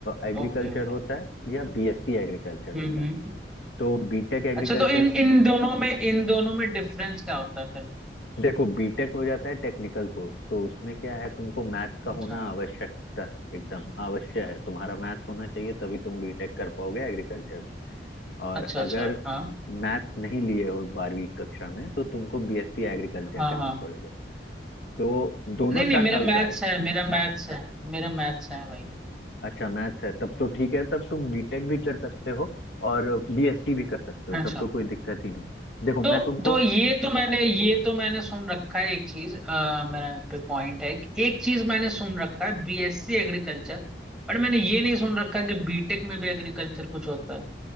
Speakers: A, on the left (about 80°); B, in the centre.
A: एग्रीकल्चर
B: Okay okay
A: होता है या बीएससी एग्रीकल्चर
B: हम्म
A: होता
B: हम्म
A: है तो बीटेक एग्रीकल्चर
B: अच्छा तो इन इन दोनों में इन दोनों में डिफरेंस क्या होता है फिर
A: देखो बीटेक हो जाता है टेक्निकल कोर्स तो उसमें क्या है तुमको मैथ्स का
B: अच्छा
A: होना आवश्यकता है एकदम आवश्यक है तुम्हारा मैथ्स होना चाहिए तभी तुम बीटेक कर पाओगे एग्रीकल्चर और
B: अच्छा
A: अगर
B: अच्छा हाँ
A: मैथ्स नहीं लिए हो बारहवीं कक्षा में तो तुमको बीएससी एग्रीकल्चर
B: हाँ
A: करना
B: हाँ
A: पड़ेगा तो दोनों
B: नहीं नहीं
A: चार
B: मेरा
A: साल
B: मैथ्स
A: का है
B: है मेरा मैथ्स है मेरा मैथ्स है भाई
A: अच्छा मैथ्स है तब तो ठीक है तब तुम बीटेक भी कर सकते हो और बीएससी भी कर सकते हो
B: अच्छा
A: तब तो कोई दिक्कत ही नहीं देखो
B: तो
A: मैं तुमको
B: तो ये तो मैंने ये तो मैंने सुन रखा है एक चीज अ, मेरा पे पॉइंट है कि एक चीज मैंने सुन रखा है बीएससी एग्रीकल्चर बट मैंने ये नहीं सुन रखा कि बीटेक में भी एग्रीकल्चर कुछ होता है